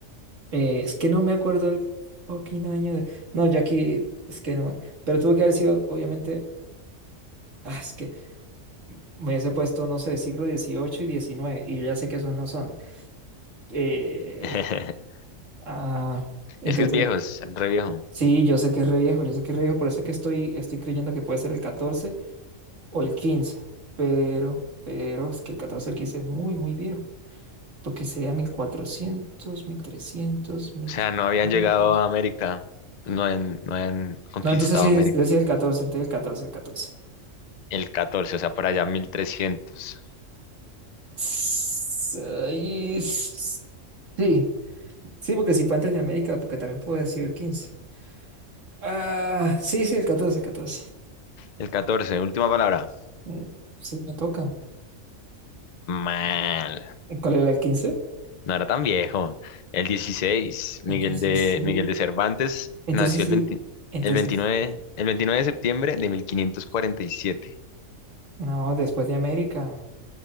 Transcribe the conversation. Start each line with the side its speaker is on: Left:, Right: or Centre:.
Right: Eh, es que no me acuerdo el fucking año de... No, Jackie, es que no me... Pero tuvo que haber sido, obviamente, ah, es que me hubiese puesto, no sé, siglo dieciocho y diecinueve y yo ya sé que esos no son. Eh,
Left: <laughs>
Right: ah, entonces,
Left: Es que es viejo, es re viejo.
Right: sí, yo sé que es re viejo, yo sé que es re viejo, por eso es que estoy, estoy creyendo que puede ser el 14 o el 15, pero, pero es que el 14 o el 15 es muy, muy viejo. porque sería 1400, 1300, 1500.
Left: O sea, no habían llegado a América, no habían, no habían conquistado
Right: No, entonces sí,
Left: América.
Right: es decir el 14 entonces el 14 el catorce
Left: El catorce, o sea, por allá mil trescientos.
Right: Tss, ay, s- sí, sí, porque si fue antes de América, porque también puedo decir el quince Ah, sí, sí, el 14 el catorce
Left: El 14. última palabra.
Right: Mm, Sí, me toca.
Left: Mal.
Right: ¿Y ¿Cuál era el quince
Left: No era tan viejo. El 16. Miguel
Right: El 16.
Left: de, Miguel de Cervantes
Right: Entonces
Left: nació
Right: sí,
Left: el 20
Right: entonces
Left: el veintinueve,
Right: sí.
Left: el veintinueve de septiembre de 1547.
Right: No, después de América.